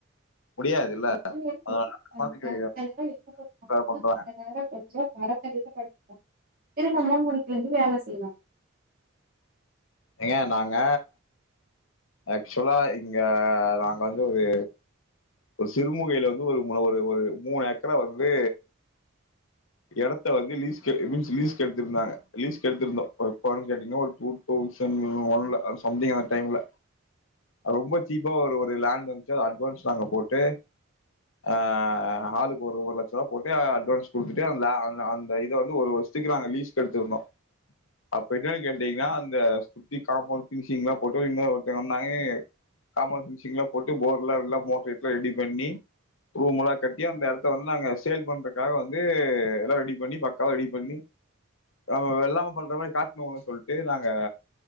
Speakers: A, on the left; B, on the right.
A: முடியாதுல்ல.
B: உச்சி வெயில்
A: அதனால
B: <inaudible> அந்த நேர என்ன பண்ணுவாங்னா
A: பண்றாங்க
B: அந்த நேர கொஞ்ச மரத்தடியில படுத்துப்பாங்க திரும்பவு மூனு மணிக்கு எழுந்து வேல செய்வாங்க
A: ஏங்க நாங்க ஆக்சுவலா இங்க நாங்க வந்து ஒரு ஒரு சிறுமுகையில வந்து ஒரு மூண ஒரு ஒரு மூணு ஏக்கரா வந்து எடத்த வந்து லீசுக்கு ஐ மீன்ஸ் லீசுக்கு எடுந்திருந்தாங்க லீஸ்க்கு எடுத்துருந்தோ எப்போன் கேட்டிங்னா ஒரு டூதவுசன் ஒன்ல சம்திங் அந்த டைம்ல ரொம்ப சீப்பா ஒரு ஒரு லேண்ட் வந்துச்சா அட்வான்ஸ் நாங்க போட்டு் ஆ ஆளுக்கு ஒரு ஒரு லட்ச ருவா போட்டு அட்வான்ஸ் குடுத்துட் டு அ அ அந்த இத வந்து ஒரு வருஷத்துக்கு நா லீஸ்க்கு எடுந்திருந்தோ அப்ப என்னன் கேட்டிங்னா அந்த சுத்தி காம்பவுண்ட் ஃபினுஷிங்லா போட்டு இன்னொ ஒருத்தங்க வந்தாங்க காம்பவுண்ட் ஃபினிஷிங்லா போட்டு போர்லா எல்லா மோட்ரு ரெடி பண்ணி ரூமுலா கட்டி அந்த எடத்த வந்து நாங்க சேல் பண்றக்காக வந்து எல்லா ரெடி பண்ணி பக்காவா ரெடி பண்ணி நம்ம வெள்ளாம பண்ற மாரி காட்னு சொல்ட்டு நாங்க